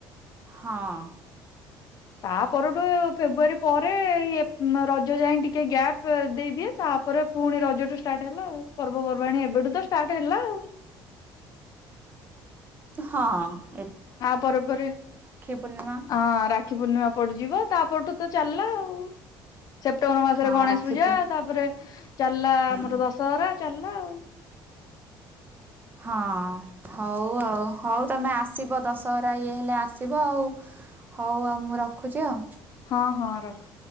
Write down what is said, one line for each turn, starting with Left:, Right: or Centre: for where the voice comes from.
Right: ହଁ ।
Left: ତା ପରଠୁ ଫେବୃଆରୀ ପରେ ରଜ ଯାଇ ଟିକେ ଗ୍ୟାପ ଦେଇଦିଏ ତାପରେ ପୁଣି ରଜଠୁ ଷ୍ଟାର୍ଟ ହେଲା ଆଉ ପର୍ବପର୍ବାଣୀ। ଏବେଠୁ ତ ଷ୍ଟାର୍ଟ ହେଲା ଆଉ ।
Right: ହଁ ହଁ।
Left: ତା ପରେ ପରେ
Right: ପୂର୍ଣ୍ଣିମା
Left: ହଁ ରାକ୍ଷୀ ପୂର୍ଣ୍ଣିମା ପଡିଯିବ ତାପରଠୁ ତ ଚାଲିଲା ଆଉ । ସେପ୍ଟେମ୍ବର ମାସରେ
Right: ହଁ
Left: ଗଣେଶ
Right: ରାକ୍ଷୀ
Left: ପୂଜା
Right: ପୂର୍ଣ୍ଣିମା
Left: ତାପରେ ଚାଲିଲା ଆମର
Right: ହୁଁ।
Left: ଦଶହରା । ଚାଲ୍ଳା ଆଉ ।
Right: ହଁ ହଉ ଆଉ ହଉ ତମେ ଆସିବ ଦଶହରା ଇଏ ହେଲେ ଆସିବ ଆଉ । ହଉ ଆଉ ମୁଁ ରଖୁଛି ଆଉ ।
Left: ହଁ ହଁ ରଖ ।